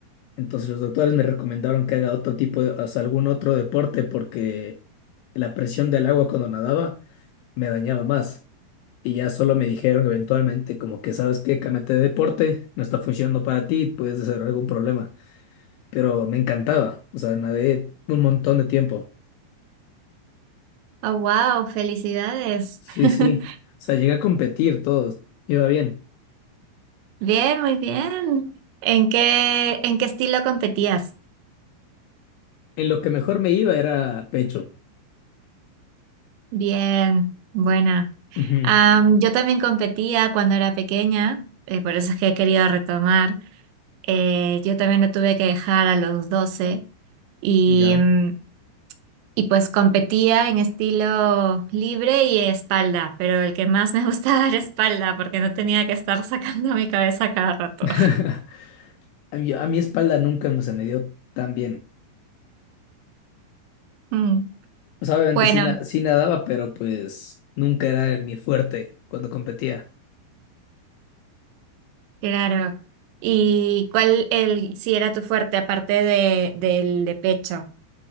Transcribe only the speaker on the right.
Oh, wow, felicidades.
<laughs>
Bien, muy bien. ¿En qué, en qué estilo competías?
Bien, buena.
Am, yo también competía cuando era pequeña, eh, por eso es que he querido retomar. Eh, yo también lo tuve que dejar a los 12 y
mm, Y pues competía en estilo libre y espalda, pero el que más me <laughs> gustaba era espalda porque no tenía que estar sacando mi cabeza cada rato.
Mm.
Bueno,
claro. ¿Y cuál el si era tu fuerte aparte de del de pecho?